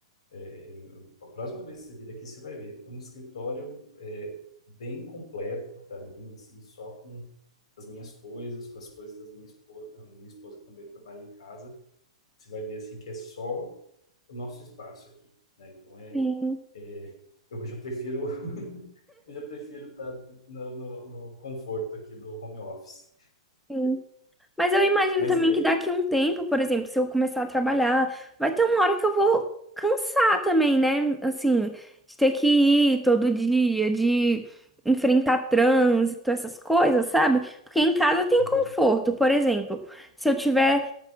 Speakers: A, on the left; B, in the centre.
A: É, eu- a próxima vez que você vir aqui, você vai ver. É um escritório é, bem completo para mim, assim, só com as minhas coisas, com as coisas das minha esposa, a minha esposa que também trabalha em casa. Você vai ver assim que é só o nosso espaço aqui, né? Então é,
B: sim,
A: é eu já prefiro <laughs> eu já prefiro estar no, no, no conforto aqui do home office.
B: sim. Mas eu imagino
A: Mas
B: também
A: é
B: que daqui a um tempo, por exemplo, se eu começar a trabalhar, vai ter uma hora que eu vou cansar também, né? Assim, de ter que ir todo dia, de enfrentar trânsito, essas coisas, sabe? Porque em casa tem
A: uhum,
B: conforto, por exemplo. Se eu tiver